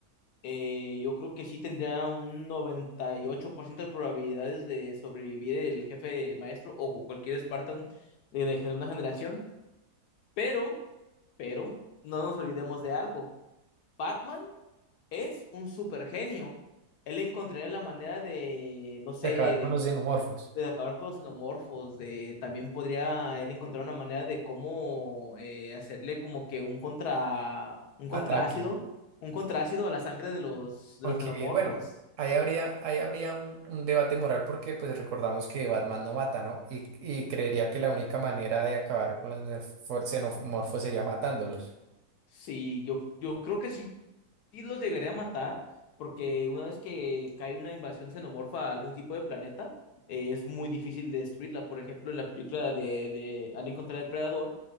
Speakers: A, on the left (about 80°); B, on the right (about 65°).
A: eh, yo creo que sí tendría un 98% de probabilidades de sobrevivir el jefe maestro o cualquier Spartan de, de una generación, pero, pero, no nos olvidemos de algo. Batman es un supergenio. Él encontraría la manera de, no sé,
B: De acabar
A: de,
B: con los xenomorfos.
A: de acabar con los xenomorfos, de también podría él encontrar una manera de cómo eh, hacerle como que un contra, un contraácido,
B: Ataque.
A: un contraácido a la sangre de los, de
B: Aunque,
A: los xenomorfos.
B: bueno, ahí habría, ahí habría un, un debate moral porque pues recordamos que Batman no mata, ¿no? Y, y creería que la única manera de acabar con los nefo- xenomorfos sería matándolos.
A: Sí, yo, yo creo que sí, sí los llegaré a matar, porque una vez que cae una invasión xenomorfa a algún tipo de planeta, eh, es muy difícil destruirla. Por ejemplo, en la película de, de Alien contra el Depredador,